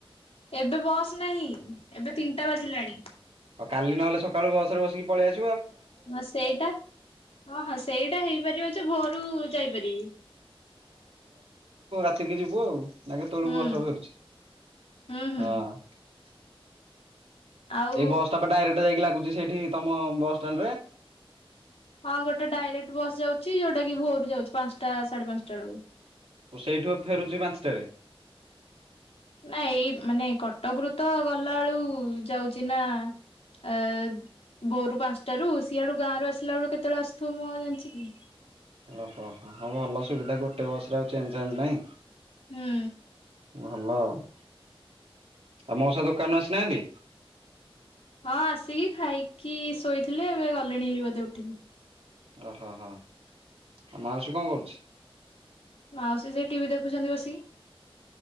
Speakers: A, on the left; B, on the right.
A: ଏବେ ବସ ନାହିଁ। ଏବେ ତିନିଟା ବାଜିଲାଣି।
B: ଆଉ କାଲି ନହଲେ ସକାଳୁ ବସରେ ବସିକି ପଳେଇଆସ
A: ହଁ ସେଇଟା ହଁ ହଁ ସେଇଟା ହେଇପାରିବ ଯେ ଭୋରୁ ଯାଇପାରିବି।
B: ସେତିକି ଯିବୁ ଆଉ। ନା କେତେଳୁକୁ
A: ହୁଁ
B: ବସ୍ ଟା ଫେରୁଛି।
A: ହୁଁ ହୁଁ।
B: ହଁ।
A: ଆଉ
B: ଏଇ ବସ୍ ଟା ପା ଡାଇରେକ୍ଟ ଗୋଟେ ଯାଇକି ଲାଗୁଛି ସେଇଠି ତମ ବସଷ୍ଟାଣ୍ଡ୍ ରେ
A: ହଁ ଗୋଟେ ଡାଇରେକ୍ଟ ବସ୍ ଯାଉଛି ଯୋଉଟା କି ଭୋରରୁ ଯାଉଛି ପାଞ୍ଚଟା ସାଢେ ପାଞ୍ଚଟା ବେଳକୁ
B: ସେଇଠୁ ଫେରୁଛି ପାଞ୍ଚଟାରେ।
A: ନା ଏଇ ମାନେ କଟକରୁ ତ ଗଲା ବେଳୁ ଯାଉଛି ନା ଆଁ ଭୋରୁ ପାଞ୍ଚଟାରୁ ସିଆଡୁ ଗାଁ ରୁ ଆସିଲା ବେଳୁ କେତେବେଳେ ଆସୁଥିବ ମୁଁ ଆ ଜାଣିଛି କି?
B: ଓହୋ ହୋଉ ଭଲ ସୁବିଧା ଗୋଟେ ବସ ରେ ଆଉ ଚେଞ୍ଜ୍ ଫେଞ୍ଜ୍ ନାହିଁ।
A: ହୁଁ।
B: ଭଲ ଆଉ। ଆଉ ମଉସା ଦୋକାନରୁ ଆସିନାହାନ୍ତି।
A: ହଁ ଆସିକି ଖାଇକି ଶୋଇଥିଲେ ଏବେ ଗଲେଣି ବୋଧେ ଉଠିକି।
B: ଓହୋ ହୋ ଆ ମାଉସୀ କଣ କରୁଛି?
A: ମାଉସୀ ଯାଇ ଟିଭି ଦେଖୁଛନ୍ତି ବସିକି।